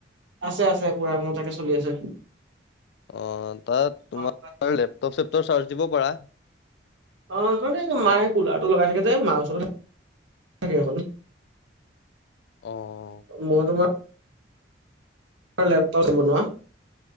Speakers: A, on the right (about 90°); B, on the left (about 65°).
A: আছে, আছে পুৰা মোৰ তাকে চলি আছে।
B: অ', তাত তোমাৰ
A: অ।
B: লেপটপ চেপটপ চাৰ্জ দিব পাৰা।
A: অ', মানে মায়ে কুলাৰটো লগাই থাকে যে মাৰ ওচৰত তাকে হ'ল।
B: অ'।
A: মই তোমাৰ লেপটপ বনোৱা